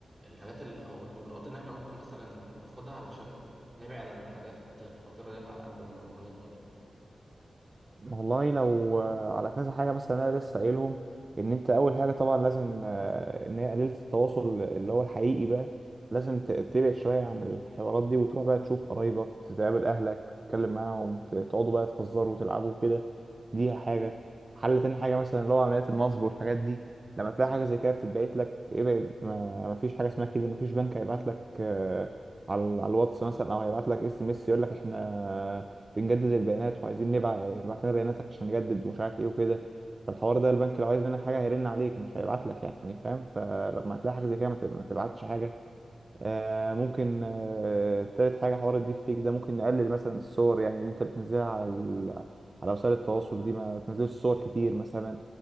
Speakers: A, on the right; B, on the right.
A: الحاجات ال- او الاجراءات اللي احنا ممكن مثلا ناخدها علشان نبعد عن الحاجات الخطيرة ديت على قد ما ما نقدر يعني
B: والله لو آه، على كذا حاجه مثلا انا لسه قايلهم ان انت اول حاجه طبعا لازم آه، ان هي قليله التواصل اللي هو الحقيقي بقى لازم ت- تبعد شويه عن الحوارات دي وتروح بقى تشوف قرايبك تقابل اهلك تتكلم معاهم ت- تقعدوا بقى تهزروا وتلعبوا كده دي حاجه حل تاني حاجه مثلا اللي هو عمليات النصب والحاجات دي لما تلاقي حاجه زي كده بتتبعت لك ابعد ما ما فيش حاجه اسمها كده ما فيش بنك هيبعت لك آه، على على الواتس مثلا او هيبعت لك اس ام اس يقول لك احنا بنجدد البيانات وعايزين نبعت ابعت لنا بياناتك عشان نجدد ومش عارف ايه وكده فالحوار ده البنك لو عايز منك حاجه هيرن عليك مش هيبعت لك يعني فاهم فلما تلاقي
A: م?
B: حاجه زي كده ما ت- ما تبعتش حاجه آه ممكن آه تالت حاجه حوار الديب فيك ده ممكن نقلل مثلا الصور يعني اللي انت بتنزلها على ال... على وسائل التواصل دي ما تنزلش صور كتير مثلا